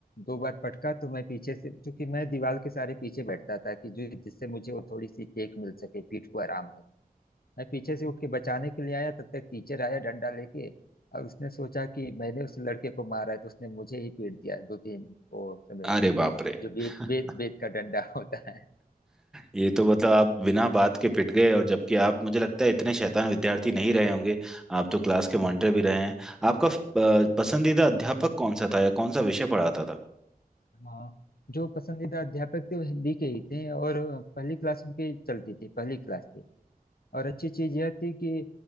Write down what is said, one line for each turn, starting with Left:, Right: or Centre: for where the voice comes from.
Left: दो बार पटका तो मैं पीछे से जो कि मैं दीवार के सारे पीछे बैठता था कि जो जिससे मुझे वो थोड़ी सी टेक मिल सके पीठ को आराम रहे मैं पीछे से उठ के बचाने के लिए आया तब तक टीचर आया डंडा लेके और उसने सोचा कि मैंने उस लड़के को मारा है तो उसने मुझे ही पीट दिया दो तीन वो समझिए
Centre: अरे
Left: कि
Centre: बाप रे
Left: जो बेत
Centre: <laughs>
Left: बेत बेत का डंडा <laughs> होता है
Centre: ये तो मतलब आप बिना बात के पिट गए और जबकि आप मुझे लगता है इतने शैतान विद्यार्थी नहीं रहे होंगे आप तो क्लास के मॉनिटर भी रहे हैं आपका अ, पसंदीदा अध्यापक कौन सा था या कौन सा विषय पढ़ाता था
Left: हाँ जो पसंदीदा अध्यापक थे वो हिंदी के ही थे और पहली क्लास उनकी चलती थी पहली क्लास थी और अच्छी चीज यह थी कि